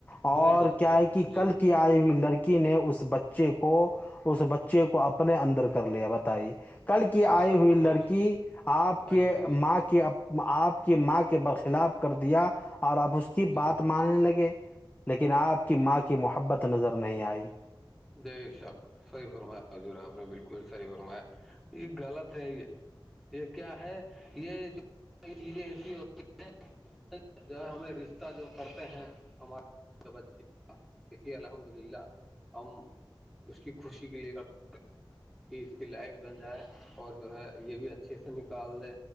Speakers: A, in the centre; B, on the left.
A: بھول
B: اور
A: جاتے
B: کیا
A: ہیں
B: ہے کہ
A: جی
B: کل کی آئی ہوئی لڑکی ی نے اس بچے کو اس بچے کو اپنے اندر کر لیا بتائیے کل کی
A: جیسا
B: آئی ہوئی
A: بے
B: لڑکی
A: شک
B: آپ
A: کل
B: کے
A: کی
B: ماں
A: ہے
B: کی آپ کی ماں کے برخلاف کر دیا اور اب اس کی
A: جی
B: بات ماننے لگے لیکن آپ کی ماں کی محبت نظر نہیں آئی
A: جے شک صحیح فرمایا حضور آپ نے بالکل صحی فرمایا یہ غلط ہے یہ یہ کیا ہے یہ چیزیں ایسی ہوتی ہیں جو ہے ہمیں رشتہ جو کرتے ہیں ہمارے دیکھیے الحمد للہ ہم اس کی خوشی کے لیے <inaudible> کہ اس کی لائف بن جائے اور جو ہے یہ بھی اچھے سے نکال دے